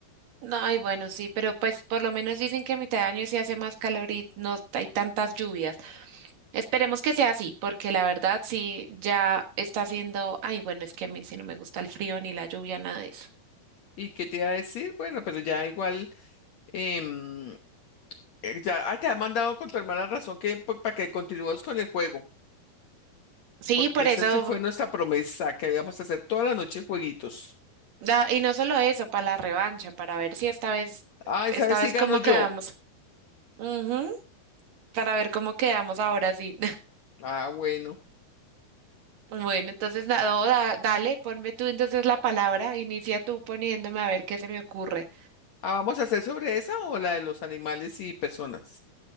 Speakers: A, on the right; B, on the left.
A: No, ay, bueno, sí, pero pues por lo menos dicen que a mitad de año sí hace más calor y no hay tantas lluvias. Esperemos que sea así, porque la verdad sí ya está haciendo, ay, bueno, es que a mí sí no me gusta el frío ni la lluvia, nada de eso.
B: ¿Y qué te iba a decir? Bueno, pero ya igual, em, eh, ya ah, te ha mandado con tu hermana razón que po- para que continuemos con el juego,
A: Sí,
B: porque
A: por
B: esa
A: eso,
B: sí fue nuestra promesa, que íbamos a hacer toda la noche jueguitos.
A: da- y no solo eso, para la revancha, para ver si esta vez,
B: Ay,
A: esta
B: ¿sabes
A: vez
B: si gano
A: cómo
B: yo?
A: quedamos. Ujú, para ver cómo quedamos ahora sí. <laughs>
B: Ah, bueno.
A: Bueno, entonces, na- no, da- dale, ponme tú entonces la palabra, inicia tú poniéndome a ver qué se me ocurre.
B: Ah, ¿vamos a hacer sobre esa o la de los animales y personas?